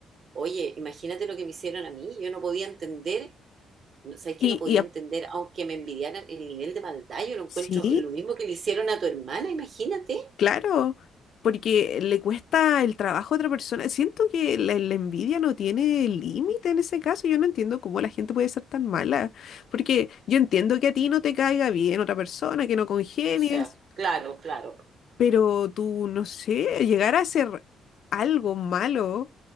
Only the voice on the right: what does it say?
oye, imagínate lo que me hicieron a mí. Yo no podía entender, ¿sabes qué?
No podía
entender, aunque me envidiaran el nivel de maldad, yo lo encuentro
lo mismo que le hicieron a tu hermana, imagínate.
O sea, claro, claro.